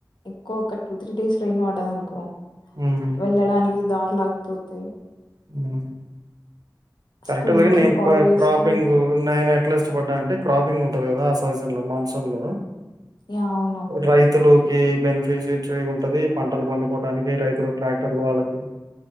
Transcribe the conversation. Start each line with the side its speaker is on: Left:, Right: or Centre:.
Left: ఇకో ఒక టూ త్రీ డేస్ రైన్ పడదు అనుకో
Right: హ్మ్.
Left: వెళ్ళడానికి దారిలాగిపోతే
Right: హు కరెక్ట్
Left: స్కూల్
Right: అలాగ
Left: కి
Right: న
Left: కాలేజెస్
Right: క్రాపింగ్
Left: కి
Right: ఉన్న అట్లా ఇష్టపడ్డా అంటే క్రాపింగ్ ఉంటది కదా ఆ సీజన్ లో మాన్సూన్ లో
Left: యా అవును
Right: రైతులు క బెనిఫిషిరీ ఉంటది పంటలు పండుకోవటానికి రైతులు ట్రాక్టర్లు వాళ్ళకి